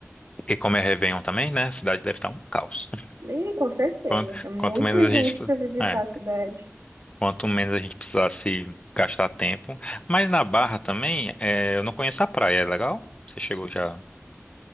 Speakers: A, on the left; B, on the right.
A: E como é Réveillon também, né? A cidade deve estar um caos. <laughs>
B: E com certeza,
A: Quanto,
B: é muita
A: quanto menos a
B: gente
A: gente.
B: para visitar
A: é
B: a cidade.
A: Quanto menos a gente precisasse gastar tempo. Mas na Barra também, é, eu não conheço a praia, é legal? Você chegou já?